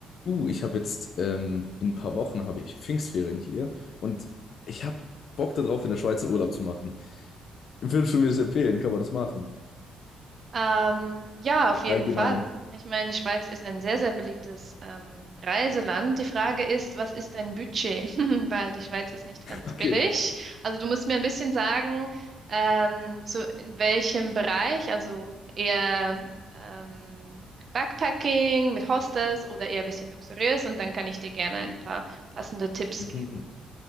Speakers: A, on the left (about 60°); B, on the right (about 45°).
A: Uh, ich habe jetzt ähm, in ein paar Wochen habe ich Pfingstferien hier und ich habe Bock darauf, in der Schweiz einen Urlaub zu machen. Würdest du mir das empfehlen? Kann man das machen?
B: Ähm, ja, auf jeden
A: Allgemein.
B: Fall.
A: <laughs>
B: Ich meine, die Schweiz ist ein sehr, sehr beliebtes ähm, Reiseland. Die Frage ist, was ist dein Budget? <laughs> Weil die Schweiz ist nicht ganz
A: Okay.
B: billig. Also du musst mir ein bisschen sagen, ähm, so in welchem Bereich, also eher ähm, Backpacking mit Hostels oder eher ein bisschen luxuriös und dann kann ich dir gerne ein paar passende Tipps
A: Mhm.
B: geben.